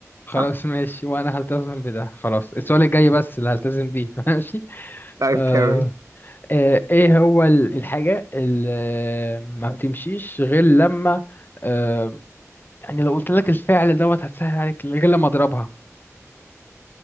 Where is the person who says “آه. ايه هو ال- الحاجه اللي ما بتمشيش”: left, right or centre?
Left